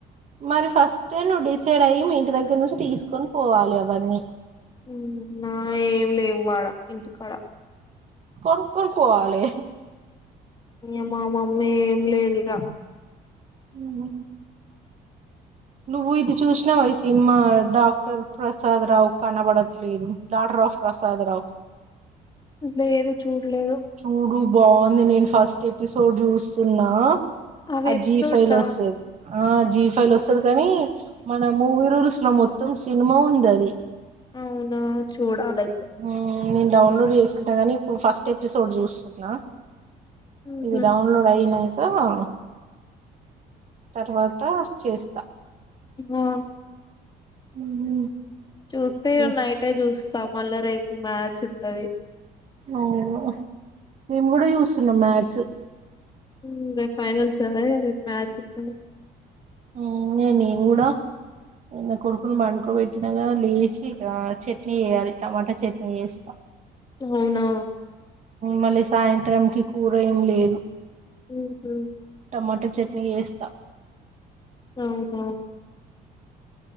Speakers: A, on the right; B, on the left.
A: మరి ఫస్ట్ నువ్వు డిసైడ్ అయి మీ ఇంటి దగ్గర నుంచి తీసుకొని పోవాలి అవన్నీ
B: ఉ నా ఏమి లేవు వాడ ఇంటికాడ
A: కొనుక్కొని పోవాలి
B: ఇ మా మమ్మీ ఏం లేదు ఇగ
A: ఉహ్ నువ్వు ఇది చూసినావ ఈ సినిమా డాక్టర్ ప్రసాద్ రావు కనబడట్లేదు డాటర్ ఆఫ్ ప్రసాద్ రావు
B: లేదు చూ చూడలేదు
A: చూడు బాగుంది నేను ఫస్ట్ ఎపిసోడ్ చూస్తున్నా
B: అవి
A: ఆ
B: ఎపిసోడ్స్
A: జీ ఫైల్ వస్తది ఆ జీప్ ఫై లో వస్తది కానీ మన మూవీరూల్స్ మొత్తం సినిమా ఉంది అది
B: అవునా చూడ డాల అయితే
A: మ్మ్ నేను డౌన్లోడ్ చేసుకుంటా కానీ ఇప్పుడు ఫస్ట్ ఎపిసోడ్ చూస్తున్నా
B: హుహు.
A: ఇవి డౌన్లోడ్ అయినంక ఆ తర్వాత చేస్తా
B: ఆ
A: మ్మ్.
B: చూస్తే
A: ఏ
B: నైటే చూస్త మల్ల రేపు మ్యాచ్ ఉంటది
A: అవును మేము కూడా చూస్తున్నాం మ్యాచ్
B: ఉ రేపు ఫైనల్స్ కదా మ్యాచ్ ఉంటది
A: ఆ నేను కూడా నా కొడుకుని పండుకోబెట్టినగా లేసి ఇక్కడ చట్నీ చెయ్యాలి టమాటా చట్నీ చేస్తా
B: అవునా!
A: మళ్ళీ సాయంత్రంకి కూర ఏం లేదు
B: హుహ్ హు
A: టమట చట్నీ చేస్తా
B: ఆహా